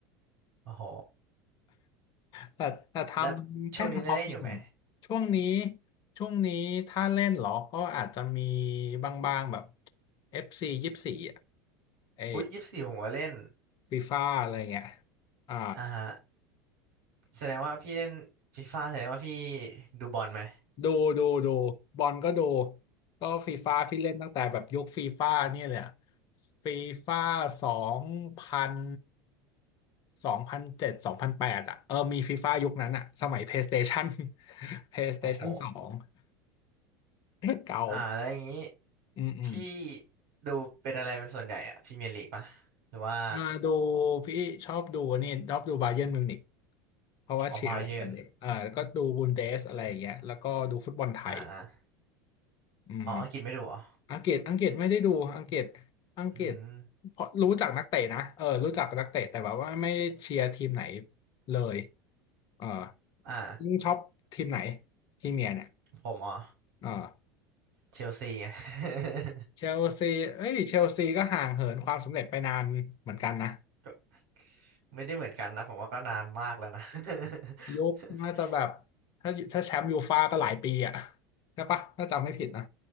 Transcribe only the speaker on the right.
โอ้โห
แล้วช่วงนี้ได้เล่นอยู่ไหม
อุ้ยยี่สิบสี่ผมก็เล่น
อ่าฮะแสดงว่าพี่เล่นฟีฟ่าแสดงว่าพี่ดูบอลไหม
โอ้โห
อ่าแล้วอย่างนี้
พี่ดูเป็นอะไรเป็นส่วนใหญ่อะพรีเมียร์ลีกปะหรือว่า
ออบาเยิร์นอ่า
อ๋ออังกฤษไม่ดูเหรอ
อืม
อ่า
ผมอ๋อ
เชลซีไง <laughs>
ก็ไม่ได้เหมือนกันนะผมว่าก็นานมากแล้วนะ
<laughs>